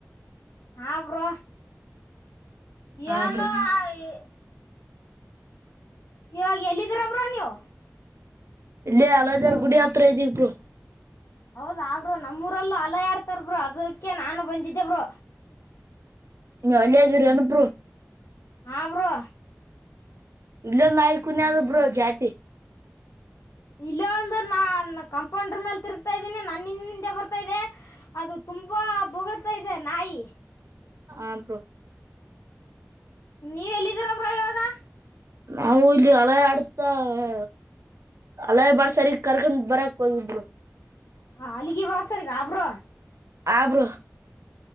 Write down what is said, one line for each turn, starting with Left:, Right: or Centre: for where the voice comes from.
Left: ಹ ಬ್ರೊ
Right: ಹಾ
Left: ಏನೊ
Right: ಬ್ರೋ
Left: ಅ ಇ ಇವಾಗ್ ಎಲ್ಲಿದಿರ ನೀವು
Right: ಇಲ್ಲೇ ಅಲ ಜಾರ್ ಗುಡಿ ಅತ್ರ ಇದಿವ್ ಬ್ರೊ.
Left: ಹೌದಾ ಬ್ರೊ ನಮ್ಮೂರಲ್ಲೂ ಅಲ ಆಡ್ತಾ ರ್ ಬ್ರೇ ಅದಿಕ್ಕೆ ನಾನು ಬಂದಿದ್ದೇ ಬ್ರೊ.
Right: ಇನ್ನ ಅಲ್ಲೆನ್ ಇದಿರೇನು ಬ್ರೊ
Left: ಹಾ ಬ್ರೋ
Right: ಇಲ್ಲೊಂದ್ ನಾಯ್ ಕುನ್ನಿ ಅದ್ ಬ್ರೊ ಜಾತಿ.
Left: ಇಲ್ ಒಂದು ನಾ ಕಂಪೌಂಡ್ರು ಮೇಲ್ ತಿರುಗ್ತಾ ಇದ್ದೀನಿ ನನ್ನಿಂದೆ ಬರ್ತಾ ಇದೆ ಅದು ತುಂಬಾ. ಹ ಬೋಗ್ಳುತ ಇದೆ ನಾಯಿ
Right: ಹ ಬ್ರೋ
Left: ನೀವ್ ಎಲ್ಲಿದ್ದೀರ ಬ್ರೊ ಇವಾಗ.
Right: ನಾವು ಇಲ್ಲಿ ಹೊಲ ಆಡ್ತವೆ. ಅಲ್ಲೇ ಬಾಡ್ ಸರಿ ಕರ್ಕೊಂಡ್ ಬರಕ್ ಹೋಗಿದ್ರು
Left: ಹ ಅಲ್ಗಿ ಬಾಸರಿಗ ಬ್ರೊ
Right: ಆಬ್ರೋ